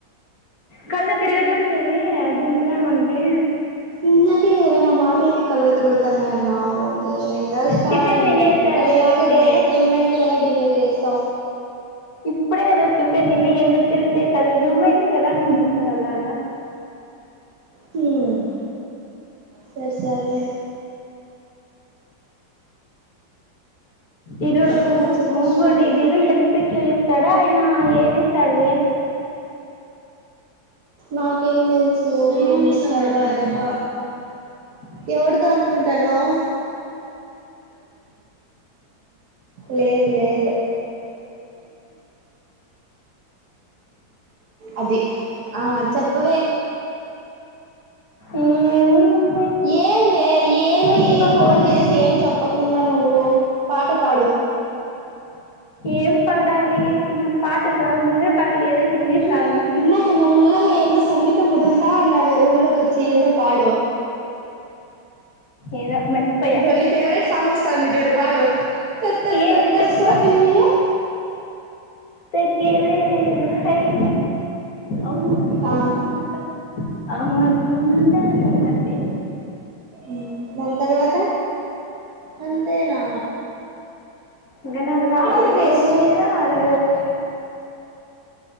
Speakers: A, on the left; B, on the right.
A: కళ్ళు తిరగడం లేదే దూకుదామంటే
B: ఇందాకే కదా నా మాటలకి కళ్ళు తిరుగుతు అన్నావ్ ఏందో శ్రావణి
A: టిఫిన్ తినేసావే
B: మెంటల్ లాగా
A: ఇప్పుడే
B: మెంటల్ మెంటల్ గా బిహేవ్ చే సావు
A: ఇప్పుడే కదా టిఫిన్ చేస్తే తిన్నా ఎందుకు తిరుగుతాయి కళ్ళు నువ్వైనా ఎలా నమ్ముతావు అలాగా
B: హమ్ సరిసర్లే
A: ఈరోజు
B: ఆ చెప్పు
A: ముంగుడి
B: శ్రావణి
A: బిల్లు హెంసక్య ఇస్ ఇస్తాడా ఆయన ఏది ఇస్తాడు
B: నాకేం తెలుసు ఏమి ఇస్తడో ఆయప్ప
A: <inaudible>
B: ఎవరితో అనుకుంటునావు లేదు లేదు అభి ఆ చెప్పవే
A: ఏ ముంది
B: ఎంవే ఏంది
A: చెప్పాలి
B: ఫోన్ చేసి ఏం చెప్పకుండా నువ్వు పా పాడు
A: ఏం పాడాలి నాకి పాటలు రావు నువ్వే పాడు ఏదో హిందీ
B: ఉమ్
A: సాంగ్
B: ఇందాక నల్లగా ఎందో సంగీత్ తం వదులుతా ఉన్నావే రూమ్ లోకి వచ్చి ఏందో పాడు
A: ఏదో మర్చిపోయా
B: ఇదో నీ ఫేవరెట్ సాంగ్ వస్తుంది చూడు పాడు త త
A: ఏది
B: త తస్సాదియ
A: చెప్పు తగ్గేదే లేదు అయ్యా అమ్మాయి
B: ఆ
A: అన్నాక ఆమాత్రం ఉండాలి అంతే
B: ఉమ్ దాని తర్వాత అంతేనా
A: ఇక నాకు రాదువే
B: వేస్ట్
A: ఏదో అలా వచ్చు